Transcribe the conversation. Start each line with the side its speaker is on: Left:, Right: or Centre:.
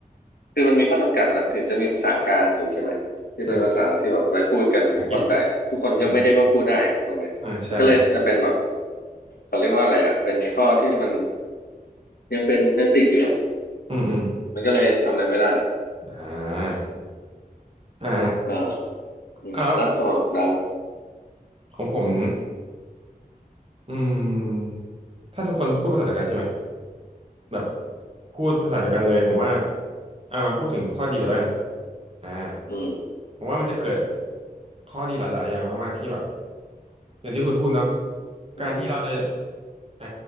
Left: คือมันมีข้อจำกัดนะถึงจะมีภาษากลางอยู่ใช่ไหมที่เป็นภาษาที่แบบไว้พูดกันทุกคนแต่ทุกคนก็ไม่ได้ว่าพูดได้ถูกไหมมันก็เลยจะเป็นแบบ
Right: อืมภาษาอังกฤษอืมอ่าใช่
Left: เขาเรียกว่าอะไรอ่ะเป็นข้อที่มันยังเป็นยังติดอยู่อ่ะ
Right: อืมอืม
Left: มันก็เลยทำอะไรไม่ได้
Right: อ่าอ่า
Left: เอออืมแล้วสำหรับเรา
Right: อ่าแล้วของผมอืม ถ้าทุกคนพูดภาษาเดียวกันใช่ไหม แบบพูดภาษาเดียวกันเลยผมว่าอ่ะมาพูดถึงข้อดีกันแล้วกันอ่า
Left: อืม
Right: ผมว่ามันจะเกิดข้อดีหลายๆอย่างมากๆที่แบบอย่างที่คุณพูดเนาะการที่เราจะ
Left: อืม
Right: ไอ